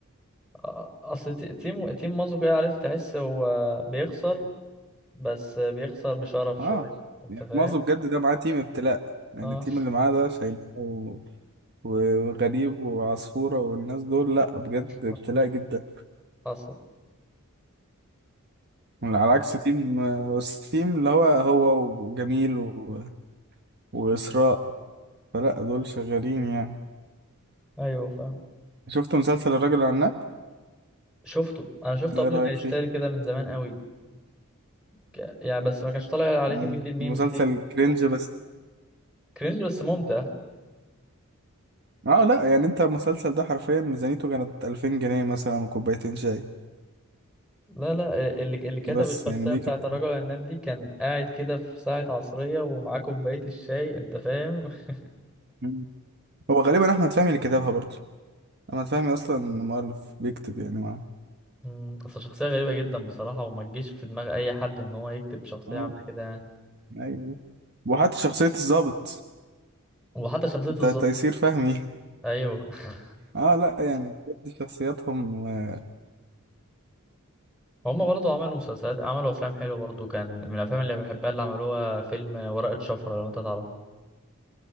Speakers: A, in the centre; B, on the right.
A: آه، اصل ت- تيم تيم مازو كده عارف تحس هو بيخسر بس بيخسر بشرف
B: اه
A: شوية انت
B: يعني
A: فاهم
B: معظم بجد ده معاه تيم ابتلاء يعني
A: اه
B: التيم اللي معاه ده شايب و- وغريب وعصفورة والناس دول لا بجد ابتلاء
A: <laughs>
B: جدا
A: حصل
B: على عكس تيم والتيم اللي هو هو وجميل و... وإسراء فلا دول شغالين يعني
A: ايوه فاهم
B: شفت مسلسل الراجل العناب
A: شفته انا شفته
B: ايه
A: قبل
B: رأيك
A: ما يشتري
B: فيه
A: كده من زمان قوي ك- يعني بس ما كانش طالع عليه
B: مم.
A: كمية الميمز
B: مسلسل
A: دي
B: كرنج بس
A: كرينج بس ممتع
B: اه لا يعني انت المسلسل ده حرفيا ميزانيته كانت 2000 جنيه مثلا وكوبايتين شاي
A: لا لا اللي اللي كتب
B: بس
A: التغطية
B: يعني دي
A: بتاعت
B: كانت
A: الرجل العناب دي كان قاعد كده في ساعة عصرية ومعاه كوباية الشاي انت فاهم <laughs>
B: مم. هو غالبا احمد فهمي اللي كتبها برضه انا فاهمي اصلا إن المؤلف بيكتب يعني معاه
A: مم، اصل شخصية غريبة جدا بصراحة وما تجيش في دماغ اي حد ان هو يكتب شخصية
B: اه
A: عاملة كده يعني.
B: ايوه وحتى شخصية الضابط
A: وحتى شخصية
B: انت
A: الظابط
B: تيسير فهمي <laughs>
A: ايوه <laughs>
B: اه لا يعني بجد شخصياتهم آه،
A: هما برضو عملوا مسلسلات عملوا افلام حلوة برضو كان من الافلام اللي بحبها اللي عملوها فيلم ورقة شفرة لو انت تعرف